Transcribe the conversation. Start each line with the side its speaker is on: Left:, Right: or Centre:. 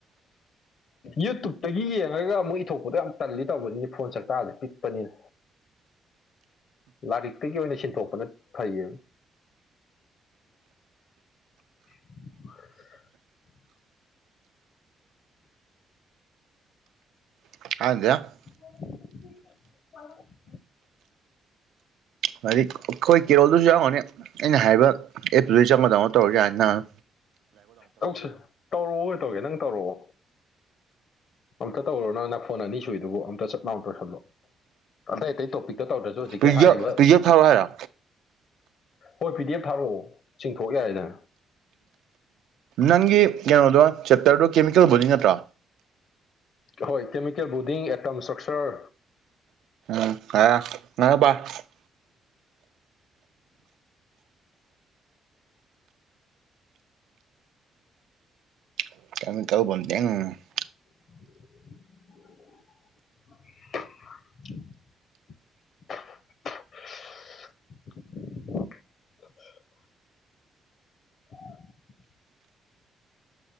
Left: ꯌꯨꯇꯨꯞꯇꯒꯤ ꯌꯦꯡꯉꯒ ꯑꯃꯨꯛ ꯏꯊꯣꯛꯄꯗꯣ ꯌꯥꯝ ꯇꯜꯂꯤ ꯇꯧꯕꯅꯤꯅ ꯐꯣꯟ ꯆꯔꯇꯥꯥꯔꯗꯤꯦ ꯄꯤꯛꯄꯅꯤꯅ ꯂꯥꯏꯔꯤꯛꯇꯒꯤ ꯑꯣꯏꯅ ꯁꯤꯟꯊꯣꯛꯄꯅ ꯐꯩꯌꯦ <inaudible>
Right: <unintelligible>
Left: <inaudible>
Right: ꯍꯥꯏꯗꯤ ꯑꯩꯈꯣꯏ ꯀꯦꯔꯣꯜꯗꯨꯁꯨ ꯌꯥꯎꯔꯅꯤ ꯑꯩꯅ ꯍꯥꯏꯔꯤꯕ ꯑꯦꯞꯇꯨꯗꯩ ꯆ ꯃꯗꯧꯅ ꯇꯧꯔꯁꯨ ꯌꯥ ꯅꯍꯥꯟ
Left: ꯀꯧꯁ ꯇꯧꯔꯛꯑꯣ ꯇꯧꯒꯦ ꯅꯪ ꯇꯧꯔꯛꯑꯣ ꯑꯝꯇ ꯇꯧꯔꯣ ꯅꯪ ꯅꯅ ꯐꯣꯟ ꯑꯅꯤ ꯁꯨꯏꯗꯨꯕꯨ ꯑꯝꯇ ꯆꯠ ꯂꯥꯎ ꯇꯣꯏꯁꯜꯂꯣ ꯑꯇꯩ ꯑꯇꯩ ꯇꯣꯄꯤꯛ ꯇ ꯇꯧꯗ꯭ꯔꯁꯨ ꯍꯧꯖꯤꯛꯀꯤ
Right: ꯄꯤꯗꯤ
Left: ꯍꯥꯏꯔꯤꯕ
Right: ꯑꯦꯐ ꯄꯤꯗꯤ ꯑꯦꯐ ꯊꯥꯔꯛꯑꯣ ꯍꯥꯏꯔꯣ
Left: ꯍꯣꯏ ꯐꯤꯗꯤ ꯑꯦꯐ ꯊꯥꯔꯛꯑꯣ ꯆꯤꯡꯊꯣꯛ ꯌꯥꯔꯦꯗ
Right: ꯅꯪꯒꯤ ꯀꯩꯅꯣꯗꯣ ꯆꯦꯞꯇꯔꯗꯣ ꯀꯦꯃꯤꯀꯦꯜꯕꯨꯗꯤ ꯅꯠꯇ꯭ꯔꯣ
Left: ꯍꯣꯏ ꯀꯦꯃꯤꯀꯦꯜ ꯕꯨꯗꯤꯡ ꯑꯦꯇꯝ ꯏꯁꯇ꯭ꯔꯛꯆꯔ
Right: <unintelligible> <unintelligible>
Left: <inaudible> <inaudible> <inaudible> <inaudible>